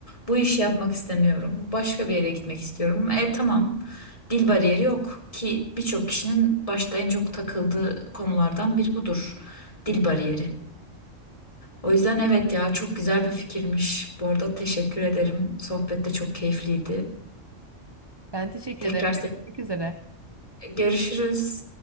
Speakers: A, on the left; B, on the right.
A: Bu işi yapmak istemiyorum. Başka bir yere gitmek istiyorum. E tamam. Dil bariyeri yok ki birçok kişinin başta en çok takıldığı konulardan biri budur. Dil bariyeri. O yüzden evet ya çok güzel bir fikirmiş. Bu arada teşekkür ederim. Sohbet de çok keyifliydi.
B: Ben teşekkür
A: Tekrar
B: ederim.
A: seninle
B: Görüşmek üzere.
A: görüşürüz.